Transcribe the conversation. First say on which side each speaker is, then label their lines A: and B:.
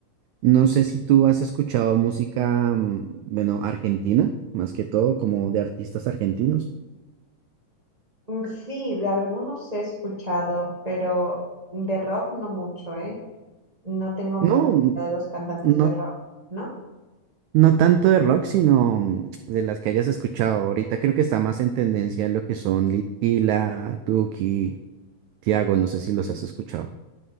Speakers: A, on the right (about 85°); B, on the right (about 60°).
A: no sé si tú has escuchado música, mm, bueno, argentina, más que todo, como de artistas argentinos.
B: mm, Sí, de algunos he escuchado, pero de rock no mucho, ¿eh? No tengo mucha
A: No,
B: idea de los cantantes
A: no,
B: de rock, ¿no?
A: No tanto de rock, sino mm, de las que hayas escuchado. Ahorita creo que está más en tendencia lo que son Litquila, Duki, Tiago, no sé si los has escuchado.